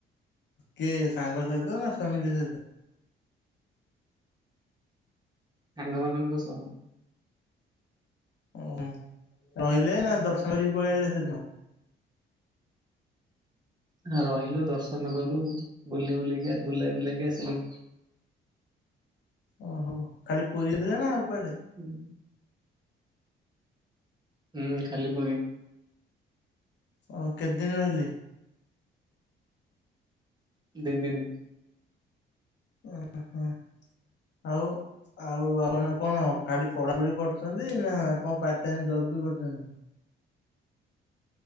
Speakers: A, on the left; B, on the right.
A: କିଏ ସାଙ୍ଗ ସହିତ ନା ଫ୍ୟାମିଲି ସହିତ?
B: ସାଙ୍ଗମାନଙ୍କ ସହ।
A: ଉଁ ରହିଲେ ନା ଦର୍ଶନ କରିକି ପଳେଇଆଇଲେ ସେଦିନ?
B: ନାଁ ରହିଲୁ ଦର୍ଶନକଲୁ ବୁଲି ବୁଲି କିଆ ବୁଲାଇ ବୁଲେଇକି ଆସିଲୁ।
A: ଓହୋ ଖାଲି ପୁରୀରେ ନା କୁଆଡେ?
B: <inaudible> ହୁଁ ଖାଲି ପୁରୀ
A: ଓ କେତେ ଦିନ ରହିଲେ?
B: ଦି ଦିନ।
A: ଏହେଁ ଆଉ ଆଉ ଆପଣ କଣ ଖାଲି ପଢାପଢି କରଚନ୍ତି ନା କଣ ପାର୍ଟ ଟାଇମ୍ ଜବ ବି କରୁଛନ୍ତି?